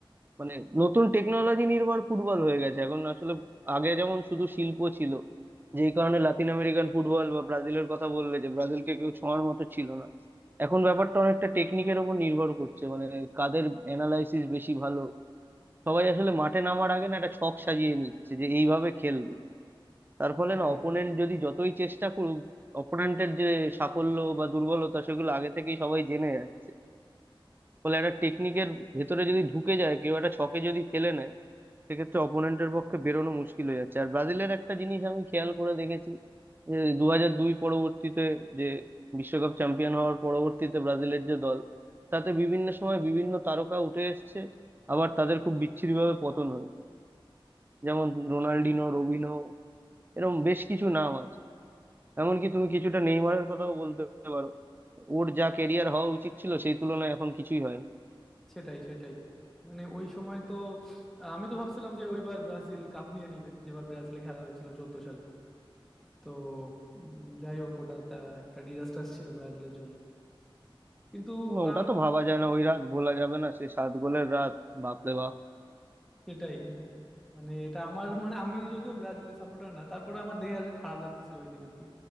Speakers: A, on the right; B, in the centre.
A: মানে নতুন টেকনোলজি নির্ভর ফুটবল হয়ে গেছে এখন আসলে আগে যেমন শুধু শিল্প ছিল যেই কারণে লাতিন আমেরিকান ফুটবল বা ব্রাজিলের কথা বললে যে ব্রাজিলকে কেউ ছোঁয়ার মতো ছিল না এখন ব্যাপারটা অনেকটা টেকনিকের উপর নির্ভর করছে মানে কাদের অ্যানালাইসিস বেশি ভালো সবাই আসলে মাঠে নামার আগে না একটা ছক সাজিয়ে নিচ্ছে যে এইভাবে খেলবো তার ফলে
B: সেটাই
A: না অপোনেন্ট যদি যতই চেষ্টা করুক অপোনেন্টের যে সাফল্য বা দুর্বলতা সেগুলো আগে থেকেই সবাই জেনে যাচ্ছে ফলে একটা টেকনিকের ভেতরে যদি ঢুকে যায় কেউ একটা ছকে যদি ফেলে নেয় সেক্ষেত্রে অপোনেন্টের পক্ষে বেরোনো মুশকিল হয়ে যাচ্ছে আর ব্রাজিলের একটা জিনিস আমি খেয়াল করে দেখেছি যে দু হাজার দুই পরবর্তীতে যে বিশ্বকাপ চ্যাম্পিয়ন হওয়ার পরবর্তীতে ব্রাজিলের যে দল তাতে বিভিন্ন সময় বিভিন্ন তারকা উঠে এসেছে আবার তাদের খুব বিচ্ছিরিভাবে পতন হয়েছে যেমন রোনাল্ডিনো রবিনো এরকম বেশ কিছু নাম আছে এমনকি তুমি কিছুটা নেইমারের কথাও বলতে পারো ওর যা কেরিয়ার হওয়া উচিত ছিল সেই তুলনায় এখন কিছুই হয়নি
B: সেটাই সেটাই মানে ওই সময় তো আহ, আমি তো ভাবছিলাম যে ওইবার ব্রাজিল কাপ নিয়ে নিবে যেবার ব্রাজিলে খেলা হয়েছিল চোদ্দ সালে তো উম, যাই হোক ওটা তা একটা ডিজাস্টার ছিল ব্রাজিলের জন্য কিন্তু
A: উম, ওটা
B: আহ,
A: তো ভাবা যায় না ওই রাত ভোলা যাবে না সেই সাত গোলের রাত বাপরে বাপ
B: সেটাই মানে এটা আমার মানে আমি যদিও ব্রাজিলের সাপোর্টার না তারপরে আমার দেখে আসলে খারাপ লাগতেছিল ওই দিন আর কি